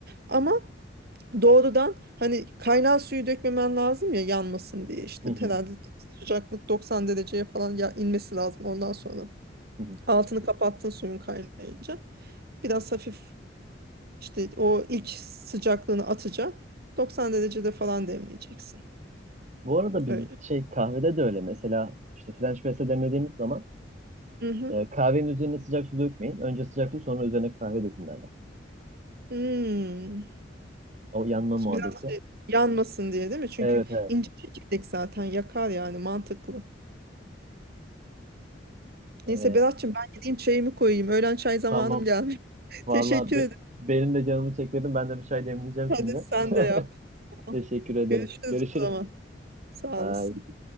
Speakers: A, on the right (about 60°); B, on the right (about 40°).
A: Ama doğrudan hani kaynar suyu dökmemen lazım ya yanmasın diye işte.
B: Hı hı.
A: Herhalde sıcaklık 90 dereceye falan ya inmesi lazım ondan sonra.
B: Hı hı.
A: Altını kapattın suyun kaynayınca. Biraz hafif işte o ilk sıcaklığını atacak. 90 derecede falan demleyeceksin.
B: Bu arada biz
A: Öyle.
B: şey kahvede de öyle mesela işte French press'e demlediğimiz zaman
A: Mhm.
B: e, kahvenin üzerine sıcak su dökmeyin. Önce sıcak su sonra üzerine kahve dökün derler.
A: Hmm.
B: O yanma muhabbeti.
A: Biraz şey, yanmasın diye değil mi? Çünkü
B: Evet evet.
A: ince çekirdek zaten yakar yani mantıklı.
B: E,
A: Neyse Berat'cığım ben gideyim çayımı koyayım. Öğlen çay zamanım
B: tamam.
A: gelmiş. <laughs>
B: vallahi
A: Teşekkür
B: be-
A: ederim.
B: benim de canımı çekledim. Ben de bir çay demleyeceğim
A: Hadi
B: şimdi.
A: sen
B: <laughs>
A: de yap. Tamam.
B: Teşekkür ederim.
A: Görüşürüz
B: Görüşürüz.
A: o zaman. Sağ
B: Bye.
A: olasın.